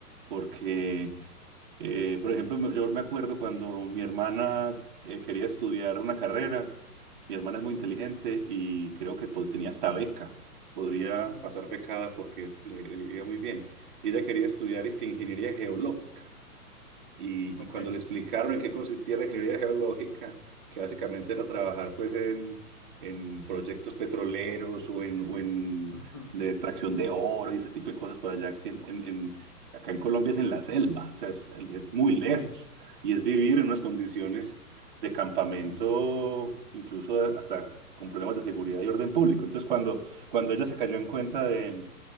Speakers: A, on the right (about 30°); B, on the left (about 20°).
A: porque eh, por ejemplo, me- yo me acuerdo cuando mi hermana eh, quería estudiar una carrera, mi hermana
B: ujú,
A: es muy inteligente y creo que pues, tenía hasta beca, podría
B: mm,
A: pasar becada porque le, le iba muy bien. Y ella quería estudiar es que ingeniería geológica. Y,
B: Ok.
A: y cuando le explicaron en qué consistía la ingeniería geológica, que básicamente era trabajar pues en, en proyectos petroleros o en, o en
B: ujú,
A: de extracción de oro y ese tipo de cosas para allá que en, en- en- acá en Colombia es en la selva, o sea, es, es muy lejos
B: Uy.
A: y es vivir en unas condiciones de campamento, incluso hasta con problemas de seguridad y orden público. Entonces, cuando, cuando ella se cayó en cuenta de